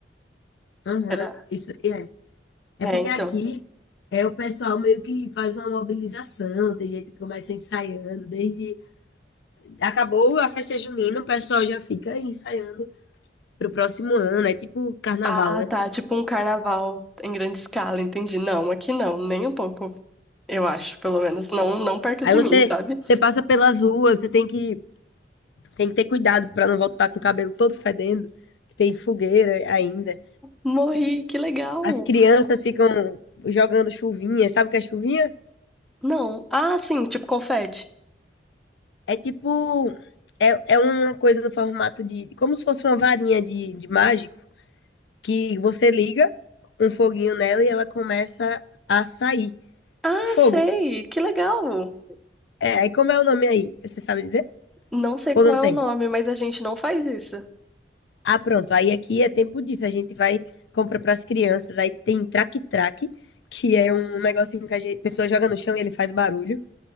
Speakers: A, on the left; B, in the centre.
A: Aham.
B: Será?
A: Isso aí É
B: É,
A: porque
B: então.
A: aqui é o pessoal meio que faz uma mobilização, tem gente que começa ensaiando, desde acabou a festa junina, o pessoal já fica aí ensaiando pro próximo ano, é tipo carnaval,
B: Ah,
A: né?
B: tá. Tipo um carnaval em grande escala, entendi. Não, aqui não, nem um pouco, eu acho, pelo menos. Não, não perto
A: Aí
B: de
A: você
B: mim, sabe?
A: você passa pelas ruas, você tem que tem que ter cuidado para não voltar com o cabelo todo fedendo, que tem fogueira ainda.
B: Morri, que legal.
A: As crianças ficam jogando chuvinha, sabe o que é chuvinha?
B: Não. Ah, sim, tipo confete.
A: É tipo é, é uma coisa no formato de como se fosse uma varinha de, de mágica que você liga um foguinho nela e ela começa a sair.
B: Ah,
A: Fogo.
B: sei, que legal.
A: É, aí como é o nome aí? Você sabe dizer?
B: Não sei qual
A: Ou não
B: é
A: tem?
B: o nome, mas a gente não faz isso.
A: Ah, pronto. Aí aqui é tempo disso. A gente vai compra para as crianças. Aí tem traque-traque, que é um negocinho que a gente- a pessoa joga no chão e ele faz barulho.